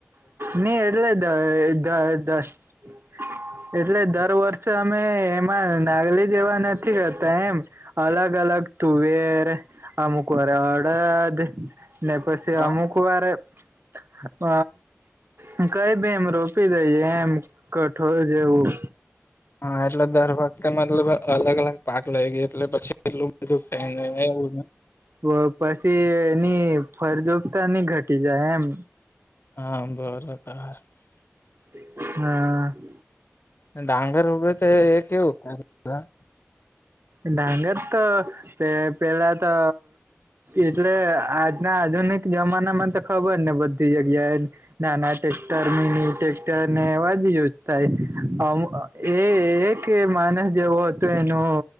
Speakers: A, on the right; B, on the left.
A: ની એટલે <unintelligible> એટલે દર વર્ષે અમે, એમાં નાગલી જેવા નથી રહેતા એમ અલગ અલગ તુવેર, અમુક વેરા અડદ, ને પછી
B: હા
A: અમુક વારે હ, મ, કઈ ભી એમ રોપી દઈએ એમ કઠોર જેવું.
B: હા, એટલે દર વખતે મતલબ અલગ અલગ પાક લઈ ગય એટલે પછી. એટલું બધું <inaudible>
A: તો પછી એની ફરજુગતા નઇ ઘટી જાય એમ
B: <unintelligible>
A: <unintelligible>
B: ડાંગર ઉભેતો એ કેવું <unintelligible>
A: ડાંગર તો, પે, પેલા તો, એટલે આ ને આધુનિક જમાનામાં તો ખબરછ્ને બધી જગ્યાએ નાના ટેક્ટર નૈનૈ, ટેસ્ટરને એવા જ યુઝ થાય, એ એક માનસ જેવો તો એનો,